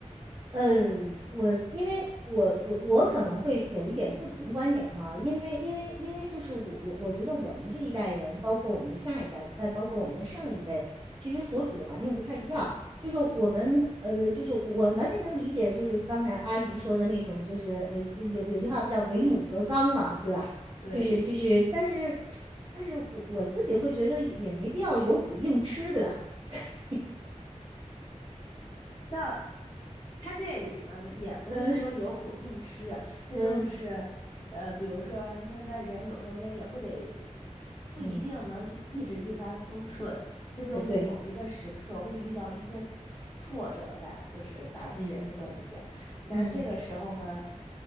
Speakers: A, on the right; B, on the left.
A: 呃，我因为我我我可能会有一点不同观点哈，因为因为因为就是我我我觉得我们这一代人，包括我们的下一代，再包括我们的上一辈，其实所处的环境不太一样。就是我们呃，就是我完全能理解，就是刚才阿姨说的那种，就是呃，有有句话不叫“为母则刚”嘛，对吧？
B: 对。
A: 就是就是，但是但是我我自己会觉得也没必要有苦硬吃，对吧？<laughs>
B: 但他这里嘛，也不是说有苦硬吃，
A: 嗯
B: 他就是，
A: 嗯
B: 呃，比如说那那人有时候间也不得，不一定能一一直一帆风顺，
A: 嗯，
B: 他就会某一个时刻会遇到一些
A: 呃，对，
B: 挫折吧，就是打击人的东西。
A: 嗯。
B: 那这个时候呢，
A: 嗯